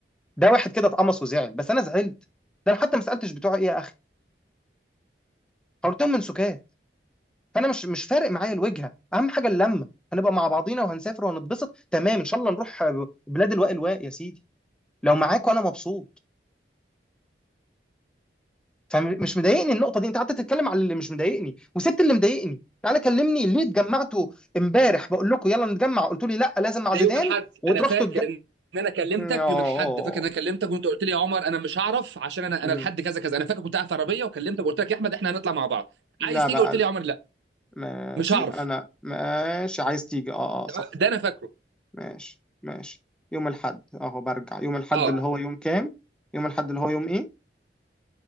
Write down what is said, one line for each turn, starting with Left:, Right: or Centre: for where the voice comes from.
Centre: ده واحد كده اتقمص وزعل بس انا زعلت ده انا حتى ما سالتش بتوع ايه يا اخي حاولتهم من سكات فانا مش مش فارق معايا الوجهه اهم حاجه اللمه هنبقى مع بعضينا وهنسافر وهنتبسط تمام ان شاء الله نروح بلاد الواء الواء يا سيدي لو معاك وانا مبسوط فمش مضايقني النقطه دي انت قعدت تتكلم على اللي مش مضايقني وسبت اللي مضايقني تعالى كلمني ليه اتجمعتوا امبارح بقول لكم يلا نتجمع قلتوا لي لا لازم مع
Right: ده
Centre: زيدان
Right: يوم الاحد
Centre: وتروحوا
Right: انا فاكر
Centre: تتج...
Right: ان ان انا كلمتك
Centre: اه
Right: يوم الاحد فاكر ان انا كلمتك وانت قلت لي يا عمر انا مش هعرف عشان انا
Centre: أمم.
Right: انا لحد كذا كذا انا فاكر كنت قاعد في عربيه وكلمتك وقلت لك يا احمد احنا هنطلع مع بعض
Centre: لا
Right: عايز تيجي
Centre: بقى
Right: قلت
Centre: لا.
Right: لي يا عمر لا
Centre: ماشي
Right: مش هعرف
Centre: انا ماشي عايز تيجي اه اه صح
Right: تمام؟ ده انا فاكره
Centre: ماشي ماشي يوم الاحد اهو برجع يوم الاحد
Right: اه
Centre: اللي هو يوم كام يوم الاحد اللي هو يوم ايه